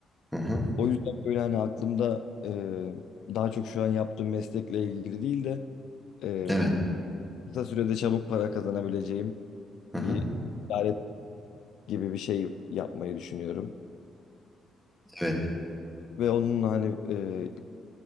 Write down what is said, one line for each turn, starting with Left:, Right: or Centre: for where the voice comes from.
Centre: Hı hı.
Left: O yüzden böyle hani aklımda e, daha çok şu an yaptığım meslekle ilgili değil de e,
Centre: Evet.
Left: kısa sürede çabuk para kazanabileceğim
Centre: Hı
Left: bir
Centre: hı.
Left: ticaret gibi bir şey yapmayı düşünüyorum.
Centre: Evet.
Left: Ve onun hani e,